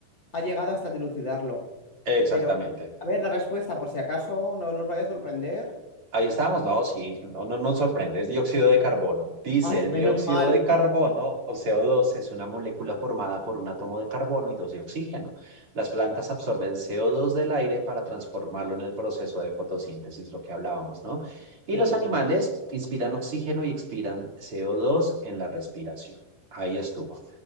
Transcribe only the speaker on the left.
ha llegado hasta dilucidarlo.
Pero, a ver, la respuesta, por si acaso no nos vaya a sorprender.
Ay,
menos
mal.
Sí,